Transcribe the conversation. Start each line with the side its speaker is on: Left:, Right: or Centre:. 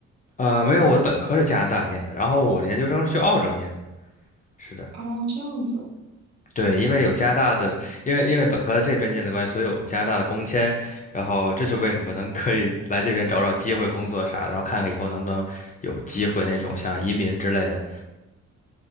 Left: 呃，没有，我的本科是加拿大念的，然后我的研究生是去澳洲念的。是的。
Right: 哦，这样子，
Left: 对，因为有加拿大的，因为因为本科在这边建的关系，所以有加拿大的工签，然后这就为什么能可以来这边找找机会工作啥，然后看看以后能不能有机会那种像移民之类的。